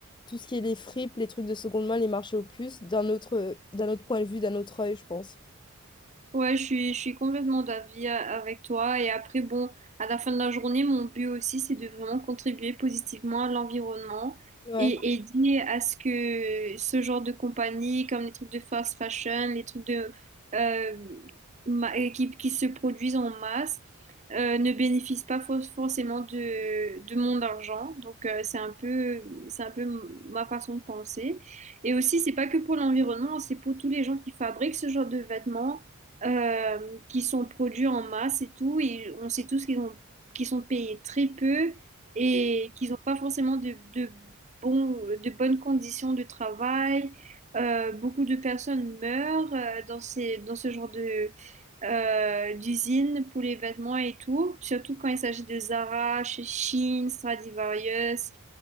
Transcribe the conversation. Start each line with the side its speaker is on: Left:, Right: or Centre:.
Left: tout ce qui est les fripes, les trucs de seconde main, les marchés aux puces, d'un autre, euh, d'un autre point de vue, d'un autre œil, je pense.
Right: Ouais, je suis, je suis complètement d'avis a- avec toi. Et après, bon, à la fin de la journée, mon but aussi, c'est de vraiment contribuer positivement à l'environnement
Left: Ouais.
Right: et aider à ce que ce genre de compagnie, comme les trucs de fast fashion, les trucs de, euh, ma- qui, qui se produisent en masse, euh, ne bénéficient pas for- forcément de, de mon argent. Donc, euh, c'est un peu, c'est un peu m- ma façon de penser. Et aussi, c'est pas que pour l'environnement, c'est pour tous les gens qui fabriquent ce genre de vêtements, euh, qui sont produits en masse et tout. Et on sait tous qu'ils ont, qu'ils sont payés très peu et qu'ils n'ont pas forcément de, de, bons- de bonnes conditions de travail. Euh, beaucoup de personnes meurent euh, dans ces, dans ce genre de, euh, d'usines pour les vêtements et tout, surtout quand il s'agit de Zara, Shein, Stradivarius,